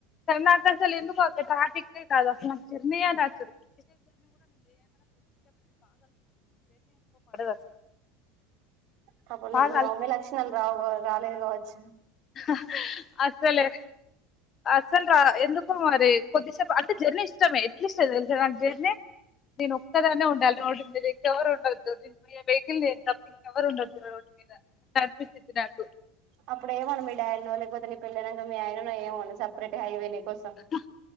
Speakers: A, on the left (about 40°); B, on the right (about 55°).
A: నాకు అస్సలు ఎందుకో ట్రాఫిక్ కే కాదు అసలు జర్నీ నచ్చదు <inaudible> అసలు
B: పాపం నీకు
A: బాగా
B: మీ
A: అలి
B: అమ్మాయి లక్షణాలు రావు రాలేదు కావచ్చు
A: హా హ్ అసలే అసలు రా ఎందుకు మరి కొద్దిసేపు అంటే జర్నీ ఇష్టమే ఎట్లీష్టం తెలుసా నాకు జర్నీ నేను ఒక్కదన్నే ఉండాలి రోడ్డు మీద ఇంకెవరు ఉండొద్దు వెహికల్ నేను తప్ప ఇంకెవరు ఉండొద్దు రోడ్డు మీద అన్పించ్చింది నాకు
B: అప్పుడు ఏయమను మీ డాడి నో లేకపోతే నీ పెళ్ళైనంక మీ ఆయనానో ఏయమను సపరేట్ హైవే నీ కోసం
A: హ్ హా